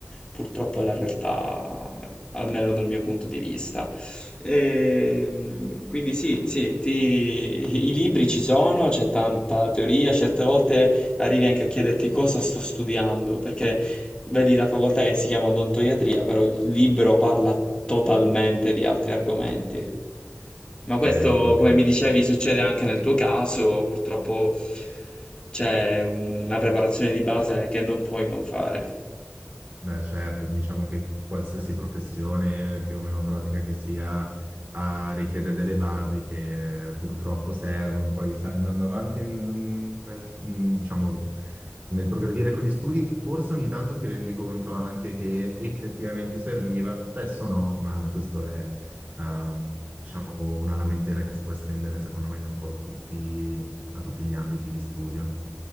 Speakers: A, on the left; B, on the right.
A: purtroppo è la realtà, almeno dal mio punto di vista. Ehm, quindi sì, sì, ti- i libri ci sono, c'è tanta teoria, certe volte arrivi anche a chiederti cosa sto studiando, perché Vedi la facoltà che si chiama odontoiatria, però il libro parla totalmente di altri argomenti. Ma
B: ok,
A: questo,
B: ok.
A: come mi dicevi, succede anche nel tuo caso, purtroppo c'è una preparazione di base che non puoi non fare.
B: Beh, certo, diciamo che qualsiasi professione più o meno pratica che sia ha- richiede delle basi che eh, purtroppo servono. Poi sai, andando avanti nel, nel- mm, diciamo, nel progredire con gli studi, forse ogni tanto ti rendi conto anche che effettivamente serviva, spesso no, ma questo è ehm, diciamo, una lamentela che si può estendere secondo me un po' a tutti, a tutti gli ambiti di studio.